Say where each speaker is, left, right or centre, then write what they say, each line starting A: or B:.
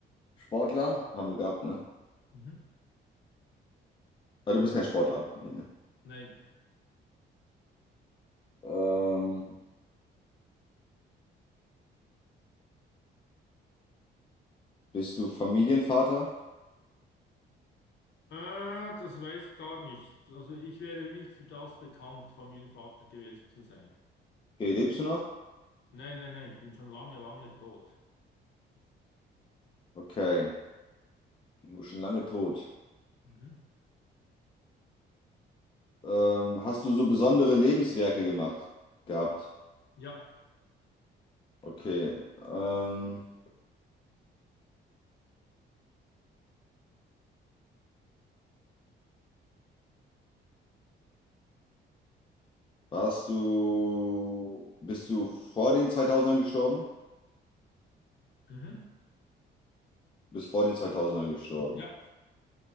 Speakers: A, on the left; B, on the left.
A: Sportler? Haben wir gehabt, ne?
B: Mhm.
A: Ah, du bist kein Sportler. Nee, ne?
B: Nein.
A: Ähm, Bist du Familienvater?
B: Äh, das weiß ich gar nicht. Also ich wäre nicht für das bekannt, Familienvater gewesen zu sein.
A: Okay, lebst du noch?
B: Nein, nein, nein, ich bin schon lange, lange tot.
A: Okay, du bist schon lange tot.
B: Mhm.
A: Ähm, hast du so besondere Lebenswerke gemacht? Gehabt?
B: Ja.
A: Okay. Ähm, warst du, bist du vor den 2000ern gestorben?
B: Mhm.
A: Du bist vor den 2000ern gestorben.
B: Ja.